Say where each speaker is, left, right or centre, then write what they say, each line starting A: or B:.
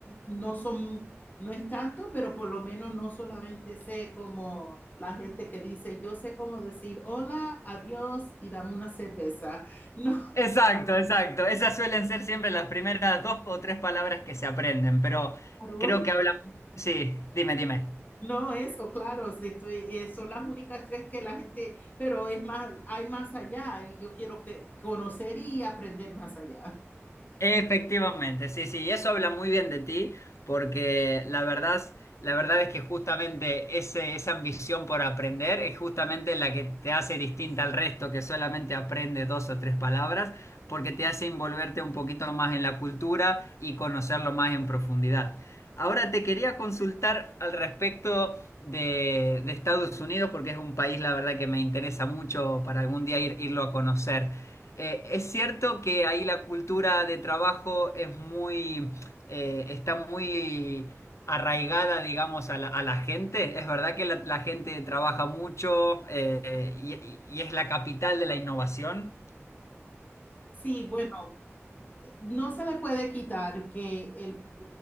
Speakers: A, on the left (about 35°); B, on the left (about 75°).
A: no son, no es tanto, pero por lo menos no solamente sé como la gente que dice, yo sé cómo decir hola, adiós y dame una cerveza. <laughs> No,
B: exacto, exacto. Esas suelen ser siempre las primeras dos o tres palabras que se aprenden, pero
A: claro,
B: creo que hablamos... Sí, dime, dime.
A: no eso, claro, si estoy, eh, son las únicas tres que la gente, pero es más, hay más allá, y yo quiero que, conocer y aprender más allá.
B: Efectivamente, sí, sí, y eso habla muy bien de ti, porque la verdad, la verdad es que justamente ese, esa ambición por aprender es justamente la que te hace distinta al resto, que solamente aprende dos o tres palabras, porque te hace envolverte un poquito más en la cultura y conocerlo más en profundidad. Ahora te quería consultar al respecto de, de Estados Unidos, porque es un país, la verdad, que me interesa mucho para algún día ir- irlo a conocer. Eh, es cierto que ahí la cultura de trabajo es muy, eh, está muy arraigada, digamos, a la, a la gente. Es verdad que la, la gente trabaja mucho eh, y, y- y es la capital de la innovación.
A: Sí, bueno, no se le puede quitar que el,